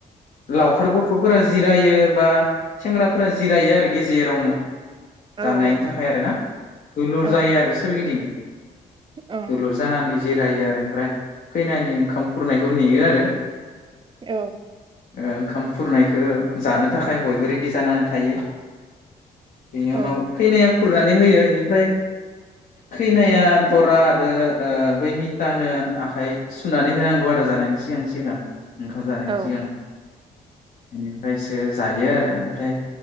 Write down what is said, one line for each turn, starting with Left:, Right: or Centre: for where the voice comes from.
Left: लावखार गथ'फोरा जिरायो बा सेंग्राफोरा जिरायो आरो गेजेरावनो
Right: औ
Left: जानायनि
Right: औ
Left: थाखाय आरो ना दुलुर
Right: औ
Left: जायो आरो सोरगिदिं
Right: औ
Left: दुलुर जानानै जिरायो आरो ओमफ्राय खैनानि ओंखाम खुरनायखौ नेयो आरो
Right: औ
Left: ओ ओंखाम खुरनायखौ जानो थाखाय बयबो रेडि जानानै थायो बेनि
Right: औ
Left: उनाव खैनाया खुरनानै होयो बेनिफ्राय खैनाया दरा आरो ओ बै मिटानो आखाइ सुनानै होनांगौ आरो जानायनि सिगां सिगां ओंखाम जानायनि
Right: औ ओ
Left: सिगां। बेनिफ्रायसो जायो आरो ओमफ्राय